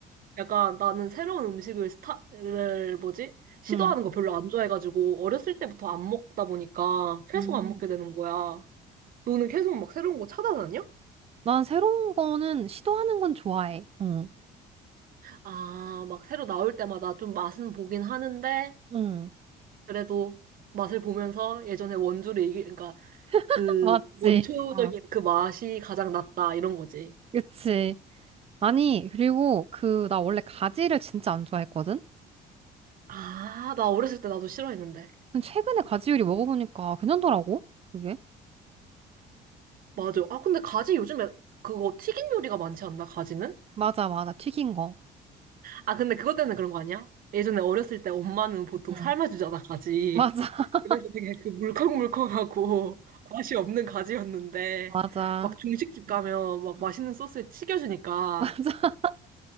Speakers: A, on the right; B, on the right.
A: 약간 나는 새로운 음식을 스타를 뭐지? 시도하는
B: 응.
A: 거 별로 안 좋아해가지고 어렸을 때부터 안 먹다 보니까 계속
B: 음.
A: 안 먹게 되는 거야. 너는 계속 막 새로운 거 찾아다녀?
B: 난 새로운 거는 시도하는 건 좋아해. 응.
A: 아, 막 새로 나올 때마다 좀 맛은 보긴 하는데
B: 응.
A: 그래도 맛을 보면서 예전에 원조를 이기, 그러니까 그
B: <laughs> 맞지?
A: 원초적인
B: 어.
A: 그 맛이 가장 낫다 이런 거지.
B: 그치. 아니, 그리고 그, 나 원래 가지를 진짜 안 좋아했거든?
A: 아, 나 어렸을 때 나도 싫어했는데.
B: 근데 최근에 가지 요리 먹어보니까 괜찮더라고, 그게.
A: 맞아. 아, 근데 가지 요즘에 그거 튀긴 요리가 많지 않나, 가지는?
B: 맞아, 맞아. 튀긴 거.
A: 아, 근데 그것 때문에 그런 거 아니야? 예전에 어렸을 때 엄마는 보통
B: 응.
A: 삶아주잖아, 가지.
B: 맞아, <laughs>
A: 그래서 되게 그 물컹물컹하고 <laughs> 맛이 없는 가지였는데,
B: 맞아.
A: 막 중식집 가면 막
B: 응.
A: 맛있는 소스에 튀겨주니까.
B: 맞아.